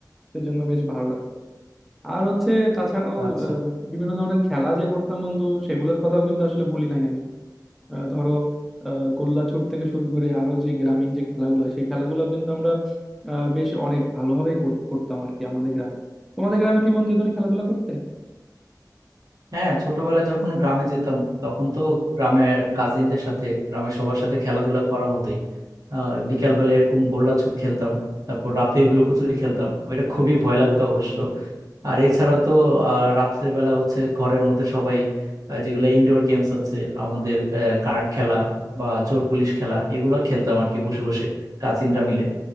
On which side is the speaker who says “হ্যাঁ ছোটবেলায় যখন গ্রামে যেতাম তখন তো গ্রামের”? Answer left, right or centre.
Right